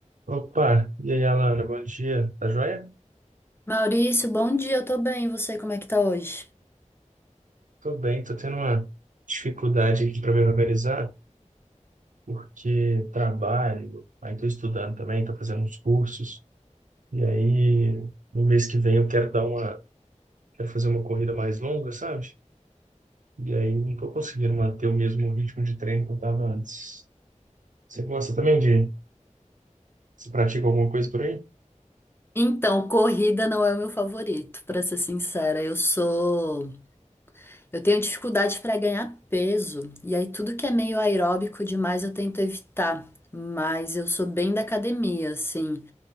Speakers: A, on the right; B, on the left.
A: Opa, e aí, Alana, bom dia. Tá joia?
B: Maurício, bom dia, eu tô bem, e você, como é que tá hoje?
A: Tô bem, tô tendo uma dificuldade aqui para me organizar, porque trabalho, aí tô estudando também, tô fazendo uns cursos, e aí no mês que vem eu quero dar uma, quero fazer uma corrida mais longa, sabe? E aí não tô conseguindo manter o mesmo ritmo de treino que eu tava antes. Você gosta também de, você pratica alguma coisa por aí?
B: Então, corrida não é o meu favorito, pra ser sincera. Eu sou, eu tenho dificuldade pra ganhar peso, e aí tudo que é meio aeróbico demais eu tento evitar, mas eu sou bem da academia, assim.